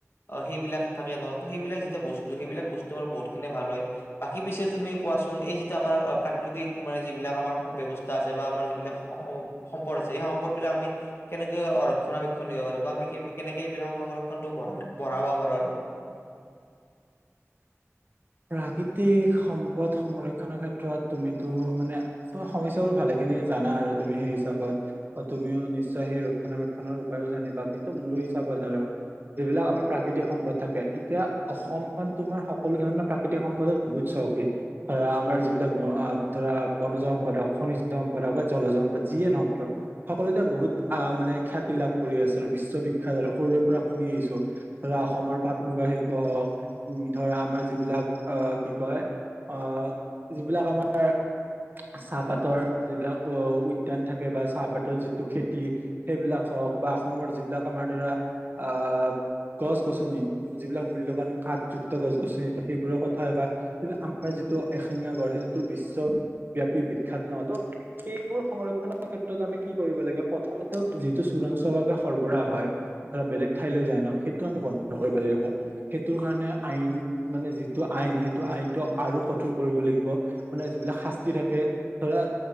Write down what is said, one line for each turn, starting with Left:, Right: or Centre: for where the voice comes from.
Left: আ, সেইবিলাক থাকে ন' ত' সেইবিলাক যেতিয়া বস্তু সেইবিলাক বস্তু আমাৰ বহুতখিনিয়ে ভাল হয়। বাকী পিছে তুমি কোৱাচোন এই যিটো আমাৰ আ, প্ৰাকৃতিক মানে যিবিলাক আমাৰ ব্যৱস্থা আছে, বা আমাৰ যিবিলাক <unintelligible> সম্পদ আছে সেই সম্পদ বিলাক আমি কেনেকে অ, ৰক্ষণাবেক্ষণ দিব পাৰো, বা আমি <unintelligible> কেনেকে এইবিলাকৰ সংৰক্ষণটো বঢ়ালে বঢ়াব পাৰো আৰু।
Right: আহ, কৃতি সম্পদ সংৰক্ষনৰৰ ক্ষেত্ৰত তুমিতো মানে ত' সমস্যাবোৰ ভালে খিনি জানা আৰু তুমি সেই হিচাপত। অ', তুমিও নিশ্চয় সেই ৰক্ষণা বেক্ষণৰ উপায়ো জানিবা কিন্তু মোৰ হিচাপত আৰু যিবিলাক আমাৰ প্ৰাকৃতিক সম্পদ থাকে, তিতিয়া অসমখন তোমাৰ সকলো ধৰণৰ প্ৰাকৃতিক সম্পদক বহুত চহখী। ধৰা আমাৰ যিবিলাক ব আ, ধৰা বনজ সম্পদক, খনিজ দ সম্পদক, বা জলজ সম্পদ যিয়ে নহওক কিয় সকলোতে বহুত আ, মানে খ্যাতি লাভ কৰি আছে আৰু বিশ্ব বিখ্যাত আৰু সৰুৰে পৰা শুনি আহিছোঁ। ধৰা অসমৰ পাট মুগা শিল্প উম, ধৰা আমাৰ যিবিলাক আ, কি কয় আ, যিবিলাক আমাৰ চাহপাতৰ যিবিলাক অ' উদ্যান থাকে বা চাহপাতৰ যিটো খেতি। সেইবিলাক হওঁক বা অসমৰ যিবিলাক আমাৰ ধৰা, আ গছ গছনি, যিবিলাক মূল্যবান কাঠযুক্ত গছ গছনি ত, সেই বোৰৰ কথা বা কিন্তু আমাৰ যিটো এশেঙীয়া গড় সেইটো বিশ্বব্যাপি বিখ্যাত ন' টো সেইবোৰ সংৰক্ষনৰৰ ক্ষেত্ৰত আমি কি কৰিব লাগে প্ৰথমতে যিটো চোৰাংচভাৱে সৰবৰাহ হয়। ধৰা বেলেগ ঠাইলৈ যায় ন' সেইটো আমি বন্ধ কৰিব লাগিব, সেইটোৰ কাৰণে আইন মানে যি টো আইন সেইটো আইনটো আৰু কঠোৰ কৰিব লাগিব, মানে যিবিলাক শাস্তি থাকে, ধৰা